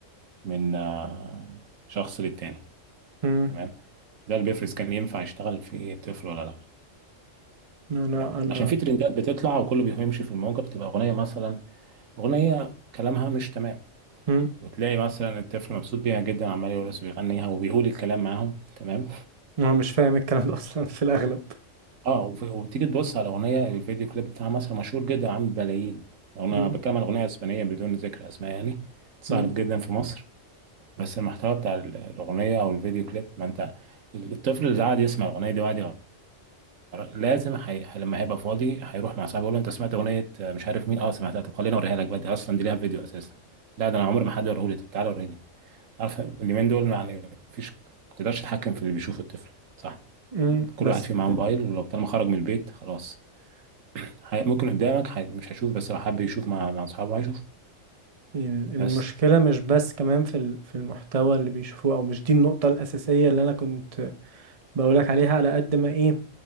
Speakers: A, on the right; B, on the right.
A: من آه، شخص للتاني
B: مم.
A: تمام ده اللي بيفرز كان ينفع يشتغل في طفل ولا لا
B: انا
A: تمام
B: انا
A: عشان في ترندات بتطلع وكله بيمشي في الموجة بتبقى أغنية مثلا أغنية كلامها مش تمام
B: مم.
A: وتلاقي مثلا الطفل مبسوط بيها جدا عمال يرقص ويغنيها وبيقول الكلام معاهم تمام
B: انا مش فاهم الكلام ده <laughs> اصلا في الاغلب
A: اه وف- وتيجي تبص على اغنيه الفيديو كليب بتاعها مثلا مشهور جدا عامل بلايين انا
B: مم.
A: بتكلم عن اغنيه اسبانيه بدون ذكر اسماء يعني اتشهرت
B: مم.
A: جدا في مصر بس المحتوى بتاع ال- الاغنيه او الفيديو كليب ما انت الطفل اللي قاعد يسمع الاغنيه دي وقاعد لازم حي... لما هيبقى فاضي هيروح مع صاحبه يقول له انت سمعت اغنيه مش عارف مين اه سمعتها طب خليني اوريها لك بقى دي اصلا دي ليها فيديو اساسا لا ده انا عمري ما حد وريهولي طب تعالى وريني لي. عارف اليومين دول يعني مفيش ما تقدرش تتحكم في اللي بيشوفه الطفل صح
B: مم.
A: كل
B: بس
A: واحد فيه معاه موبايل لو طالما خرج من البيت خلاص هي... ممكن قدامك هي... مش هيشوف بس لو حب يشوف مع مع اصحابه هيشوف
B: ال- المشكلة
A: بس
B: مش بس كمان في ال- في المحتوى اللي بيشوفوه أو مش دي النقطة الأساسية اللي أنا كنت بقولك عليها على قد ما إيه